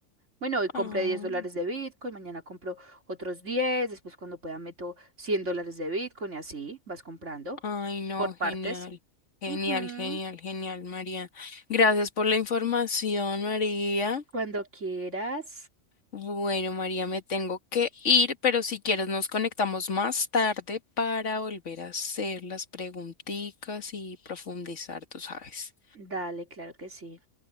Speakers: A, on the right; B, on the left.
A: Bueno, hoy compré
B: Ah,
A: 10 dólares de Bitcoin, mañana compro otros 10 después cuando pueda meto 100 dólares de Bitcoin y así vas comprando
B: ay, no,
A: por
B: genial,
A: partes.
B: genial,
A: Ujú,
B: genial, genial, María. Gracias por la información, María.
A: Cuando quieras.
B: Bueno, María, me tengo que ir, pero si quieres nos conectamos más tarde para volver a hacer las preguntitas y profundizar, tú sabes.
A: Dale, claro que sí.